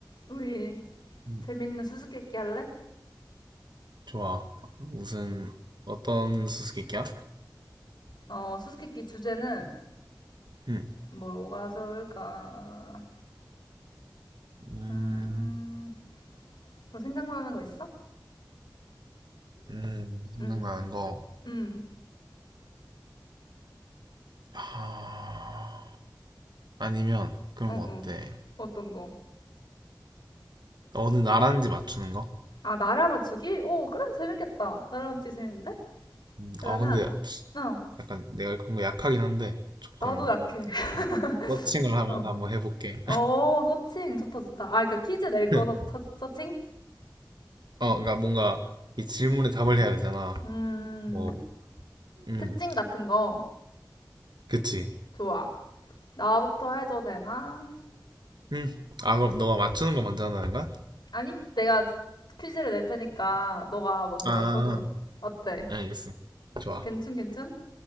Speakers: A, on the left (about 75°); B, on the right (about 75°).
A: 우리
B: 음,
A: 재밌는 수수께끼 할래?
B: 좋아. 무슨 어떤 수수께끼야?
A: 어, 수수께끼 주제는
B: 음,
A: 뭐가 좋을까?
B: 음,
A: 음, 뭐 생각나는 거 있어?
B: 음, 생각나는
A: 응
B: 거.
A: 응
B: 아, 아니면 그런
A: 어,
B: 거
A: 어.
B: 어때?
A: 어떤 거?
B: 어느 나라인지 맞추는 거?
A: 아, 나라 맞추기? 오, 그래, 재밌겠다. 나라 맞추기 재밌는데?
B: 음,
A: 그러면,
B: 아 근데
A: 어,
B: 약간 내가 그런 거 약하긴 한데 조금
A: 나도 약해. <laughs>
B: 음, 서칭을 하면서
A: 어,
B: 한번 해볼게.
A: 어, 서칭. 좋다, 좋다. 아, 그러니까 퀴즈 낼
B: <laughs>
A: 거 서칭?
B: 어, 그러니까 뭔가 이 질문에 답을 해야 되잖아.
A: 음,
B: 뭐, 음,
A: 특징 같은 거.
B: 그치.
A: 좋아. 나부터 해도 되나?
B: 음, 아 그럼 너가 맞추는 거 먼저 하는 거야?
A: 아니, 내가 퀴즈를 낼 테니까 너가 먼저
B: 아,
A: 맞춰줘. 어때?
B: 알겠어. 좋아.
A: 괜춘, 괜춘?